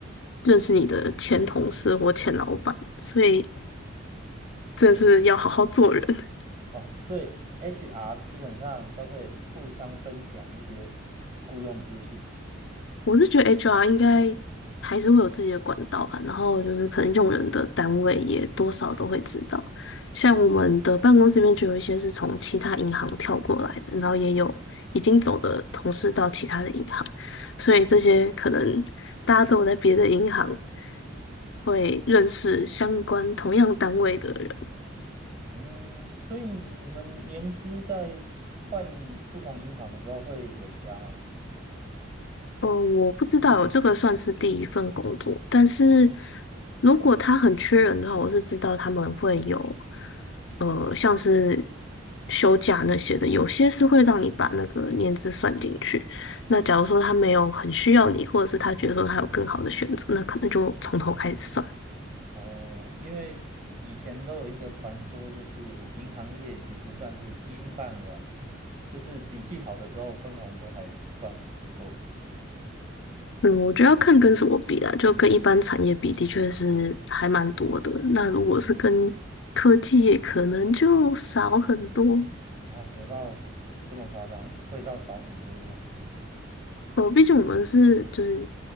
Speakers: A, on the left; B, on the right.
A: 认识你的前同事或前老板，所以。真的是要好好做人。<laughs>
B: 哦，所以 HR 基本上都会互相分享一些 <laughs> 雇佣资讯。
A: 我是觉得 HR 应该还是会有自己的管道吧，然后就是可能用人的单位也多少都会知道。像我们的办公室里面就有一些是从其他银行跳过来的，然后也有已经走的同事到其他的银行，所以这些可能大家都有在别的银行会认识相关同样单位的人，
B: 嗯，所以你们年资在换不同银行的时候会累加吗？
A: 嗯，我不知道，这个算是第一份工作，但是如果他很缺人的话，我是知道他们会有，呃，像是休假那些的，有些是会让你把那个年资算进去。那假如说他没有很需要你，或者是他觉得说他有更好的选择，那可能就从头开始算。
B: 哦，因为以前都有一个传说，就是银行业其实算是金饭碗了，就是景气好的时候分红都还算很不错
A: 嗯，我觉得要看跟什么比啊，就跟一般产业比，的确是还蛮多的。那如果是跟科技业，可能就少很多。
B: 啊，有到这么夸张，会到少很多这样。
A: 哦，毕竟我们是就是